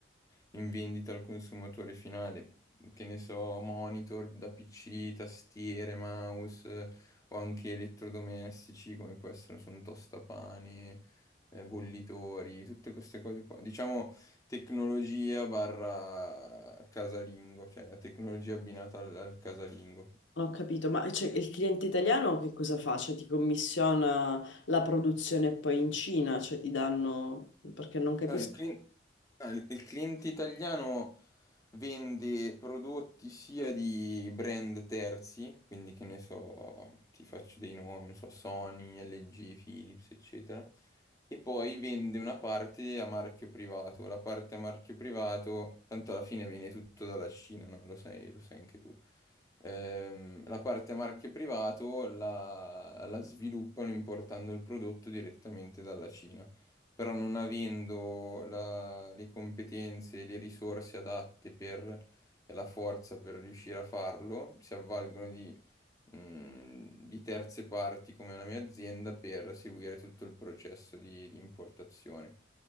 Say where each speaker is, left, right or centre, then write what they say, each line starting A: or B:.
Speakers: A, on the left; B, on the left.
A: in vendita al consumatore finale. Che ne so, monitor da PC, tastiere, mouse eh, o anche elettrodomestici come può essere, sono tostapane, eh, bollitori, tutte queste cose qua. Diciamo tecnologia barra casalingo, cioè la tecnologia abbinata al, al casalingo.
B: Non ho capito, ma eh, cioè, il cliente italiano che cosa fa? Cioè ti commissiona la produzione poi in Cina, cioè ti danno... perché non capisco.
A: No, il clin- no, il- il cliente italiano vende prodotti sia di brand terzi, quindi che ne so, ti faccio dei nomi, non so, Sony, LG, Philips, eccetera, e poi vende una parte a marchio privato. La parte a marchio privato, tanto alla fine viene tutto dalla Cina, no? Lo sai, lo sai anche tu. Ehm, la parte a marchio privato la la sviluppano importando il prodotto direttamente dalla Cina però non avendo la- le competenze e le risorse adatte per, e la forza per riuscire a farlo, si avvalgono di, mm, di terze parti come la mia azienda per seguire tutto il processo di, di importazione.